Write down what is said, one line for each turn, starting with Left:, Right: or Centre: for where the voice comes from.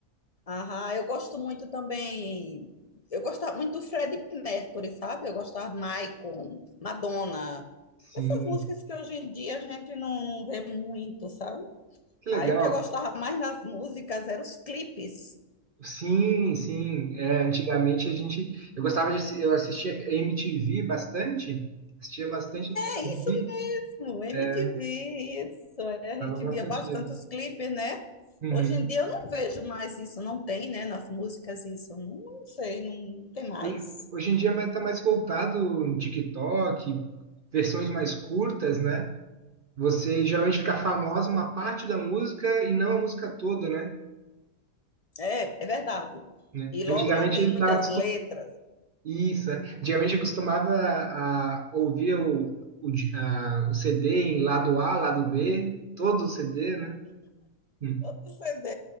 Left: Ah, eu gosto muito também. Eu gostava muito do Freddie Mercury, sabe? Eu gostava de Michael, Madonna.
Right: sim.
Left: Essas músicas que hoje em dia a gente não, não vê muito, sabe?
Right: Que legal.
Left: Aí o que eu gostava mais nas músicas eram os clipes.
Right: Sim, sim. É, antigamente a gente. Eu gostava de. assi- Eu assistia MTV bastante. Assistia bastante
Left: É
Right: MTV.
Left: isso mesmo, MTV,
Right: É,
Left: isso. é, A
Right: dava
Left: gente
Right: bastante.
Left: via bastante
Right: dinheiro.
Left: os clipes, né?
Right: Uhum.
Left: Hoje em dia eu não vejo mais isso, não tem, né? Nas músicas isso. Não, não sei, não tem mais.
Right: Hoje, hoje em dia mais- tá mais voltado no TikTok, versões mais curtas, né? Você geralmente fica famosa uma parte da música e não a música toda, né?
Left: É, é verdade.
Right: Né?
Left: E logo
Right: Antigamente
Left: não tem
Right: ele
Left: muitas
Right: estava
Left: letras.
Right: Isso, é. Antigamente eu costumava a, ouvir o, o, di- a- o CD em lado A, lado B, todo o CD, né? Hum.
Left: Todo CD,